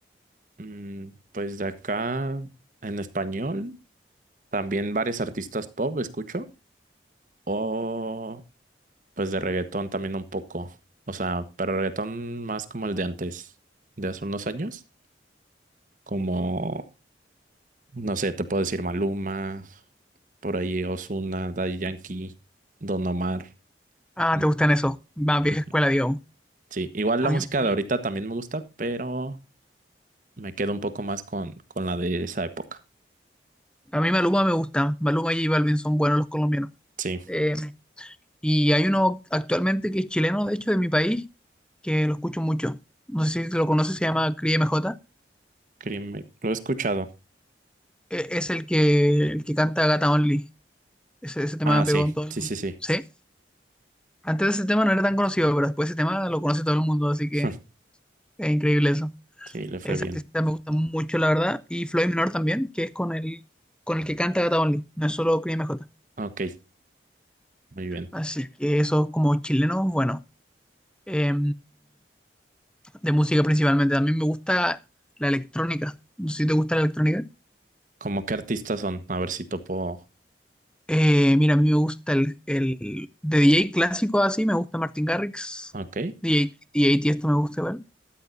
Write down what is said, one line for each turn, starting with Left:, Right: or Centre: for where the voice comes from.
Right: Mm, pues de acá, en español, también varios artistas pop escucho. O pues de reggaetón también un poco. O sea, pero reggaetón más como el de antes, de hace unos años. Como, no sé, te puedo decir Maluma, por ahí Ozuna, Daddy Yankee, Don Omar.
Centre: Ah,
Right: Mm,
Centre: te gustan esos, más
Right: ujú.
Centre: vieja escuela, digamos.
Right: Sí, igual
Centre: A
Right: la
Centre: mí,
Right: música
Centre: a
Right: de
Centre: mí,
Right: ahorita también me gusta, pero me quedo un poco más con, con la de esa época.
Centre: a mí Maluma me gusta, Maluma y J Balvin son buenos los colombianos.
Right: Sí,
Centre: Eh, Y hay uno actualmente que es chileno, de hecho, de mi país, que lo escucho mucho. No sé si lo conoces, se llama Cris MJ.
Right: crimen. Lo he escuchado.
Centre: E- Es el que, el que canta Gata Only. Ese, ese tema
Right: Ah,
Centre: pegó
Right: sí,
Centre: en todo el
Right: sí,
Centre: mundo.
Right: sí, sí.
Centre: ¿Sí? Antes de ese tema no era tan conocido, pero después de ese tema lo conoce todo el mundo, así que
Right: <laughs>
Centre: es increíble eso.
Right: Sí, le fue
Centre: Esa
Right: bien.
Centre: artista me gusta mucho, la verdad. Y Floyd Menor también, que es con el, con el que canta Gata Only, no es solo Cris M J
Right: Ok, muy bien.
Centre: Así que eso como chilenos, bueno. Eh, de música principalmente. también me gusta la electrónica. No sé si te gusta la electrónica.
Right: ¿Cómo qué artistas son? A ver si topo.
Centre: Eh, mira, a mí me gusta el, el- de DJ clásico así, me gusta Martin Garrix,
Right: Ok,
Centre: DJ, DJ Tiesto me gusta igual.